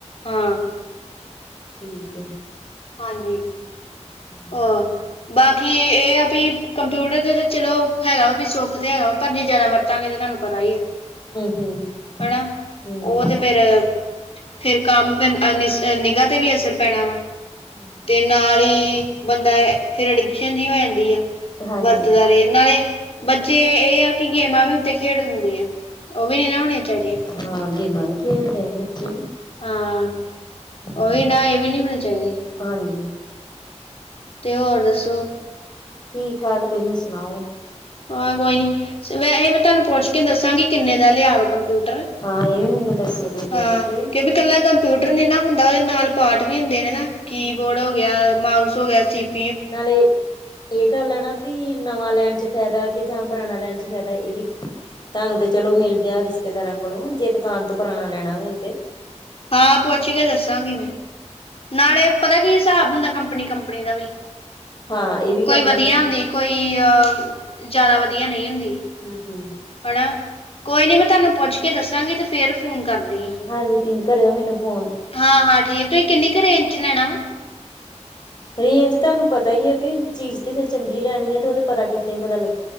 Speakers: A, on the left; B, on the left.
A: ਹਾਂ
B: ਠੀਕ ਏ।
A: ਹਾਂਜੀ।
B: ਹੂੰ
A: ਹੂ। ਬਾਕੀ ਇਹ ਆ ਵੀ, ਕੰਪਿਊਟਰ ਤਾਂ ਚਲੋ ਹੈਗਾ ਵਾ ਵੀ ਸੁੱਖ ਤਾਂ ਹੈਗਾ ਵਾ। ਪਰ ਜੇ ਜ਼ਿਆਦਾ ਵਰਤਾਂਗੇ ਤਾਂ ਤੁਹਾਨੂੰ ਪਤਾ ਹੀ ਹੈ।
B: ਹੂੰ
A: ਹਨਾ।
B: ਹੂੰ
A: ਉਹ ਤੇ ਫੇਰ ਫੇਰ ਕੰਮ, ਫਿਰ ਨਿਗਾਾ ਤੇ ਵੀ ਅਸਰ ਪੈਣਾ ਵਾ।
B: ਹਾਂ।
A: ਤੇ ਨਾਲ ਹੀ ਬੰਦਾ ਫੇਰ ਅਡਿਕਸ਼ਨ ਦੀ ਹੋ ਜਾਂਦੀ ਆ।
B: ਹਾਂਜੀ
A: ਵਰਤਦਾ ਰੇ ਲਵੜ। ਨਾਲੇ ਬੱਚੇ, ਇਹ ਆ ਕਿ ਗੇਮਾਂ ਵੀ ਉੱਤੇ ਖੇਡ ਦਿੰਦੀਆ। ਉਹ ਵੀ ਨਹੀਂ ਨਾ ਹੋਣੀਆਂ ਚਾਹੀਦੀਆਂ।
B: ਹਾਂ। ਗੇਮਾਂ ਵੀ ਖੇਡਦੇ ਨੇ ਬੱਚੇ ਵੀ।
A: ਹਾਂ।
B: ਹੂੰ
A: ਉਹੀ ਨਾ, ਇਹ ਵੀ ਨਹੀਂ ਹੋਣੇ ਚਾਹੀਦੀ।
B: ਹਾਂਜੀ।
A: ਤੇ ਹੋਰ ਦੱਸੋ?
B: ਠੀਕ -ਠਾਕ ਤੁਸੀਂ ਸੁਣਾਓ?
A: ਹਾਂ, ਕੋਈ ਨੀ, ਵੈਸੇ ਮੈਂ ਤੁਹਾਨੂੰ ਪਹੁੰਚ ਕੇ ਦੱਸਾਂਗੀ ਕਿੰਨੇ ਦਾ ਲਿਆਵੇਗਾ। ਕੰਪਊਟਰ।
B: ਹਾਂ ਇਹ ਵੀ ਮੈਨੂੰ ਦੱਸਿਓ ਤੁਸੀਂ ਪੁੱਛ
A: ਹਾਂ,
B: ਕੇ
A: ਕਿਵੇਂ ਕਲਾਂ ਕੰਪਿਊਟਰ ਨਹੀਂ ਨਾ ਹੁੰਦਾ ਉਹਦੇ ਨਾਲ ਪਾਟ ਵੀ ਹੁੰਦੇ ਨੇ। ਨਾ
B: ਹੂੰ
A: ਕੀ ਬੋਰਡ ਹੋ ਗਿਆ, ਮਾਊਸ ਹੋ ਗਿਆ, ਸੀ ਪੀ
B: ਨਾਲ ਲੇ। ਇਹ ਗੱਲ ਹੈ ਨਾ ਵੀ ਨਵਾਂ ਲੈਣ 'ਚ ਫਾਇਦਾ, ਕਿ ਜਾਂ ਪੁਰਾਣਾ ਲੈਣ ਚ' ਫਾਇਦਾ ਇਹ ਵੀ। ਹੁਣ ਤੇ ਚਲੋ ਮਿਲ ਗਿਆ ਰਿਸ਼ਤੇਦਾਰਾਂ ਕੋਲੋਂ, ਜੇ ਦੁਕਾਨ ਤੂੰ ਪੁਰਾਣਾ ਲੈਣਾ ਹੋਵੇ ਤੇ।
A: ਹਾਂ ਪੱਛ ਕੇ ਦੱਸਾਂਗੀ ਮੈਂ। ਨਾਲੇ ਪਤਾ ਕੀ ਹਿਸਾਬ ਹੁੰਦਾ, ਕੰਪਨੀ -ਕੰਪਨੀ ਦਾ ਵੀ।
B: ਹਾਂ ਇਹ ਵੀ
A: ਕੋਈ
B: ਗੱਲ
A: ਵਧੀਆ
B: ਹੈਗੀ
A: ਹੁੰਦੀ। ਕੋਈ ਅਹ ਜ਼ਿਆਦਾ ਵਧੀਆ ਨਹੀਂ ਹੁੰਦੀ।
B: ਹੂੰ ਹੂੰ
A: ਹਨਾ। ਕੋਈ ਨੀ ਮੈਂ ਤੁਹਾਨੂੰ ਪੁੱਛ ਕੇ ਦੱਸਾਂਗੀ ਤੇ ਫੇਰ ਫੋਨ ਕਰਦੀ ਆਂ।
B: ਹਾਂਜੀ। ਤੁਸੀਂ ਕਰਿਓ ਮੈਨੂੰ ਫੋਨ।
A: ਹਾਂ -ਹਾਂ ਠੀਕ। ਤੁਸੀਂ ਕਿੰਨੀ ਕੁ ਰੇਂਜ ਚ ਲੈਣਾ ਵਾ?
B: ਰੇਂਜ ਤੁਹਾਨੂੰ ਪਤਾ ਹੀ ਹੈ ਵੀ, ਚੀਜ਼ ਤੇ ਫਰ ਚੰਗੀ ਲੈਣੀ ਹੈ ਤੇ ਉਹ ਤੇ ਪਤਾ ਕਿਤੇ ਪਤਾ ਲੱ।